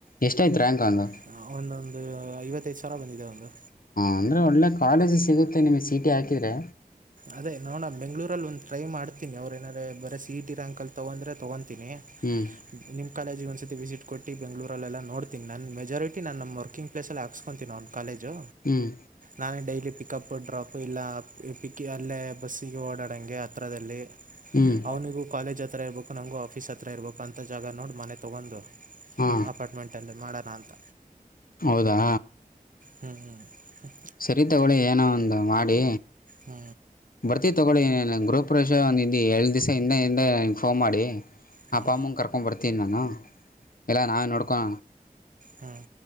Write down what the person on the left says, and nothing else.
ಎಷ್ಟಾಯ್ತು ರ್ಯಾಂಕ್ ಅವನದು
ಹಾ ಅಂದ್ರೆ ಒಳ್ಳೆ ಕಾಲೇಜ್ ಸಿಗುತ್ತೆ ನಿಮಗೆ ಸೀಟಿ ಹಾಕಿದ್ರೆ.
ಹ್ಞೂ
ಹ್ಮ್
ಹ್ಮ್
ಹಾ
ಹೌದಾ.
ಸರ ತಗಳಿ ಏನೋ ಒಂದು ಮಾಡಿ
ಬರ್ತೀವಿ ತೊಗೊಳ್ಳಿ ಗೃಹಪ್ರವೇಶಒಂದುಿದ್ದು ಎರಡು ದಿವಸ ಹಿಂದೆ ಹಿಂದೆ ನನಗೆ ಫೋನ್ ಮಾಡಿ.
ಆಪ್ಪ ಅಮ್ಮಂಗೆ ಕರ್ಕೊಂಡ್ ಬರ್ತೀನಿ ನಾನು ಇಲ್ಲ ನಾವೇ ನೋಡ್ಕೊ.